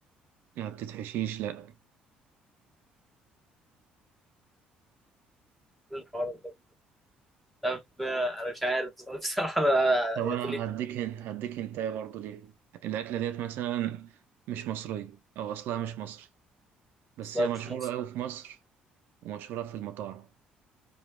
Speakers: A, on the right; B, in the centre.
A: ما بتتحشيش لا
B: إيه الحوار ده طب آه، انا مش عارف <laughs> بصراحه انا
A: طب انا
B: يا غريب
A: هديك هنت هديك هنت برضه ليه الأكلة ديت مثلا مش مصرية أو أصلها مش مصري بس
B: اصلا
A: هي مشهورة
B: مش مصري
A: أوي في مصر ومشهورة في المطاعم